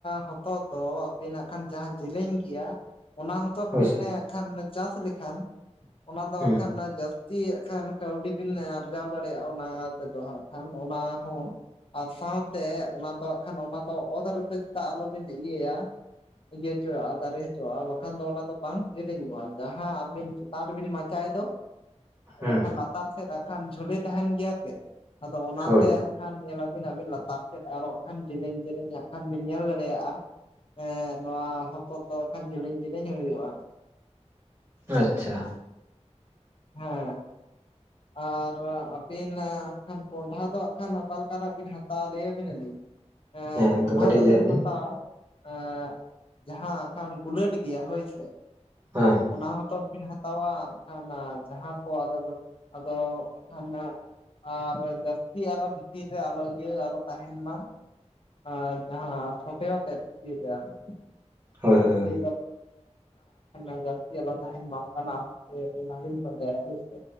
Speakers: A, on the left; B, on the right.
A: ᱦᱚᱛᱚᱫ ᱫᱚ ᱟᱹᱵᱤᱱ ᱦᱟᱸᱜ ᱠᱷᱟᱱ ᱡᱟᱦᱟᱸ ᱡᱮᱞᱮᱧ ᱜᱮᱭᱟ᱾ ᱚᱱᱟ ᱦᱚᱛᱚᱫ
B: ᱦᱳᱭ
A: ᱵᱤᱱ
B: ᱥᱮ
A: ᱠᱷᱟᱱ ᱪᱟᱥ ᱞᱮᱠᱷᱟᱱ ᱚᱱᱟ ᱫᱚ
B: ᱦᱩᱸ
A: ᱦᱟᱸᱜ ᱠᱷᱟᱱ ᱡᱟᱹᱥ ᱛᱤ ᱦᱟᱸᱜ ᱠᱷᱟᱱ ᱠᱟᱹᱣᱰᱤ ᱵᱤᱱ ᱟᱨᱡᱟᱣ ᱫᱟᱲᱮᱭᱟᱜᱼᱟ᱾ ᱚᱱᱟ ᱛᱮᱫᱚ ᱦᱟᱸᱜ ᱠᱷᱟᱱ ᱚᱱᱟ ᱦᱚᱸ ᱟᱨ ᱥᱟᱶᱛᱮ ᱚᱱᱟ ᱫᱚ ᱦᱟᱸ ᱠᱷᱟᱱ ᱚᱱᱟ ᱫᱚ ᱚᱛ ᱨᱮᱫᱚ <unintelligible> ᱪᱮᱫᱟᱜ ᱟᱞᱚᱵᱤᱱ ᱤᱭᱟᱹᱭᱟ᱾ ᱤᱭᱟᱹ ᱦᱚᱪᱚᱣᱟᱜᱼᱟ ᱫᱟᱨᱮ ᱦᱚᱪᱚᱣᱟᱜᱼᱟ᱾ ᱵᱟᱠᱷᱟᱱ ᱫᱚ ᱚᱱᱟ ᱫᱚ ᱵᱟᱝ ᱡᱤᱞᱤᱧᱚᱜᱼᱟ ᱡᱟᱦᱟᱸ ᱟᱹᱵᱤᱱ ᱛᱟᱨᱵᱤᱱ ᱢᱟᱪᱟᱭ ᱫᱚ᱾
B: ᱦᱩᱸ
A: ᱞᱮᱠᱷᱟᱱ ᱞᱟᱛᱟᱨ ᱥᱮᱫ ᱟᱠᱷᱟᱱ ᱡᱷᱚᱹᱞᱮ ᱛᱟᱦᱮᱱ ᱜᱮᱭᱟ ᱥᱮ, ᱟᱫᱚ ᱚᱱᱟᱛᱮ
B: ᱦᱳᱭ
A: ᱠᱷᱟᱱ ᱧᱮᱞᱟ ᱵᱤᱱ ᱟᱹᱵᱤᱱ ᱞᱟᱛᱟᱨ ᱥᱮᱫ ᱟᱨᱚ ᱦᱟᱜ ᱠᱷᱟᱱ ᱡᱮᱞᱮᱧ ᱡᱮᱞᱮᱧ ᱦᱟᱸᱜ ᱠᱷᱟᱱ ᱵᱤᱱ ᱧᱮᱞ ᱫᱟᱲᱮᱭᱟᱜᱼᱟ᱾ ᱮᱸ ᱱᱚᱣᱟ ᱦᱚᱛᱚᱫ ᱫᱚ ᱟᱠᱷᱟᱱ ᱡᱮᱞᱮᱧ ᱡᱮᱞᱮᱧ ᱦᱳᱭᱳᱜᱼᱟ ᱾
B: ᱟᱪᱪᱷᱟ
A: ᱦᱮᱸ ᱟᱨ ᱟᱹᱵᱤᱱ ᱟᱜ ᱠᱷᱟᱱ ᱠᱚᱸᱰᱷᱟ ᱫᱚ ᱦᱟᱸᱜ ᱠᱷᱟᱱ ᱚᱠᱟᱞᱮ ᱞᱮᱠᱟᱱᱟᱜ ᱵᱤᱱ ᱦᱟᱛᱣᱟ ᱞᱟᱹᱭᱟ ᱵᱤᱱᱟᱞᱤᱧ? ᱮᱸ
B: ᱦᱮᱸ ᱮᱠᱫᱚᱢ
A: ᱠᱚᱸᱰᱷᱟ
B: ᱠᱟᱹᱴᱤᱡ
A: ᱫᱚᱵᱤᱱ
B: ᱞᱟᱹᱭᱟᱜ ᱵᱤᱱ
A: ᱦᱟᱛᱟᱣᱟ᱾ ᱮᱸ ᱡᱟᱦᱟᱸ ᱟᱠᱷᱟᱱ ᱵᱩᱞᱟᱹᱴ ᱜᱮᱭᱟ ᱦᱳᱭ ᱥᱮ
B: ᱦᱮᱸ
A: ᱚᱱᱟ ᱦᱚᱛᱚᱫ ᱵᱤᱱ ᱦᱟᱛᱟᱣᱼᱟ᱾ ᱮᱱᱠᱷᱟᱱ ᱡᱟᱦᱟᱸ ᱠᱚ ᱟᱫᱚ ᱟᱫᱚ ᱮᱱᱠᱷᱟᱱ ᱾ ᱟᱨ ᱡᱟᱹᱥᱛᱤ ᱟᱞᱚ ᱵᱷᱤᱛᱤᱨ ᱨᱮ ᱟᱞᱚ ᱤᱭᱟᱹ ᱟᱞᱚ ᱛᱟᱦᱮᱱ ᱢᱟ ᱾ ᱟᱨ ᱡᱟᱦᱟᱸ ᱯᱷᱚᱴᱮᱛᱮᱫ ᱵᱷᱤᱛᱤᱨ ᱨᱮ ᱟᱨᱠᱤ
B: ᱦᱳᱭ
A: ᱵᱷᱤᱛᱤᱨ
B: ᱦᱳᱭ ᱦᱳᱭ
A: ᱨᱮ᱾ <unintelligible> ᱡᱟᱹᱥᱛᱤ ᱟᱞᱚ ᱛᱟᱦᱮᱱ ᱢᱟ ᱚᱱᱠᱟᱱᱟᱜ ᱵᱤᱱ ᱯᱟᱸᱡᱟᱭᱟ ᱦᱩᱭ ᱥᱮ